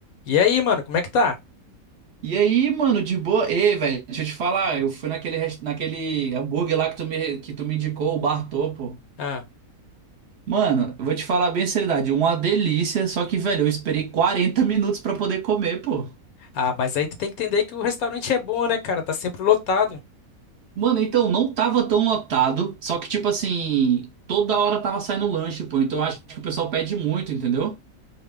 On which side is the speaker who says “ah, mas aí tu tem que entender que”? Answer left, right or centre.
Left